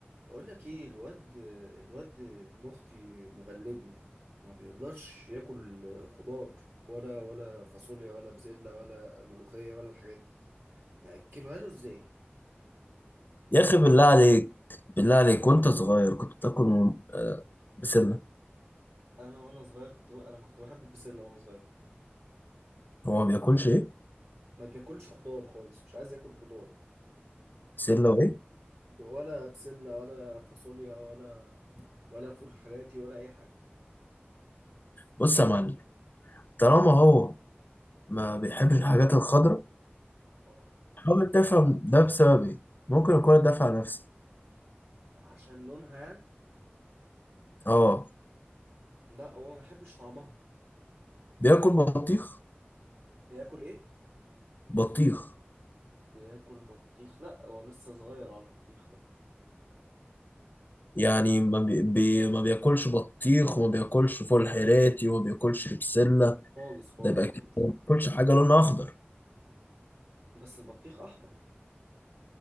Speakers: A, on the right (about 65°); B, on the left (about 50°).
A: بقول لك ايه الواد الواد ابن اختي مغلبني ما بيرضاش ياكل خضار ولا ولا فاصوليا ولا بسله ولا ملوخيه ولا الحاجات دي ناكلها له ازاي
B: يا اخي بالله عليك بالله عليك وانت صغير كنت بتاكل م- آه، بسله
A: انا وانا صغير كنت ب... انا كنت بحب البسله وانا صغير
B: هو ما بياكلش ايه
A: ما بياكلش خضار خالص مش عايز ياكل خضار
B: بسله وايه
A: ب- ولا بسله ولا فاصوليا ولا ولا فول حراتي ولا اي حاجه
B: بص يا معلم طالما هو ما بيحبش الحاجات الخضراء
A: اه
B: حاول تفهم ده بسبب ايه ممكن اكون الدافع نفسي
A: عشان لونها يعني
B: اه
A: لا هو ما بيحبش طعمها
B: بياكل بطيخ
A: بياكل ايه
B: بطيخ
A: بياكل بطيخ لا هو لسه صغير على البطيخ ده
B: يعني ما, بي... بي... ما بياكلش بطيخ وما بياكلش فول حراتي وما بياكلش بسله
A: خالص خالص
B: ده يبقى
A: خالص
B: كده ما بياكلش حاجه لونها اخضر
A: بس البطيخ احمر